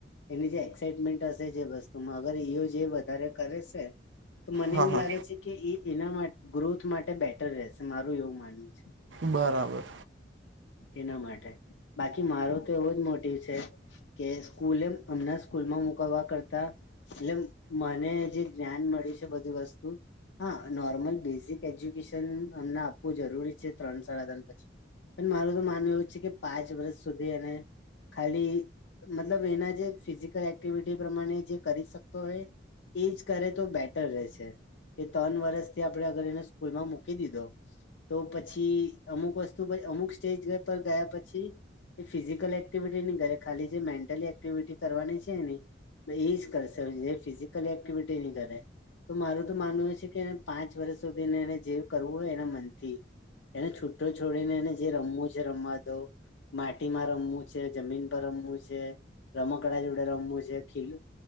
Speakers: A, on the left; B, on the right.
A: એની જે એક્સાાઈટમેન્ટ હશે, જે વસ્તુમાં, અગર એઓ જે વધારે કરે સે! તો મને
B: હા
A: એવું
B: હા
A: લાગે છે કે એ એના મા ગ્રોથ માટે બેટર રહેશે, મારું એવું માનવું છે.
B: બરાબર.
A: એના માટે, બાકી મારો તો એવો જ મોટીવ છે કે સ્કૂલે, અમના સ્કૂલમાં મુકાવા કરતા એટલે મને જે જ્ઞાન મળ્યું છે બધી વસ્તુ હા, નોર્મલ બેઝિક એજ્યુકેશન અમના આપવું જરૂરી છે ત્રણ સાડા ત્રણ પછી. પન મારું તો માનવું એવું છે કે પાંચ વરસ સુધી એને ખાલી, મતલબ એના જે ફિઝિકલ એક્ટિવિટી પ્રમાણે જે કરી શકતો હોય એજ કરે તો બેટર રહેશે. કે તોન વરસથી આપણે અગર એને સ્કૂલમાં મૂકી દીધો તો પછી અમુક વસ્તુ પઇ અમુક સ્ટેજ ગ પર ગયા પછી એ ફિઝિકલ એક્ટિવિટી ની ગરે, ખાલી જે મેન્ટલી એક્ટિવિટી કરવાની છે એની એ જ કરશે, ફિઝિકલ એક્ટિવિટી નહી કરે. તો મારું તો માનવું એ છે કે એને પાંચ વરસ સુધીને એને જે કરવું હોય એના મનથી એને છુટ્ટો છોડીને એને જે રમવું છે રમવા દો. માટીમાં રમવું છે, જમીન પર રમવું છે, રમકડા જોડે રમવું છે, ખીલું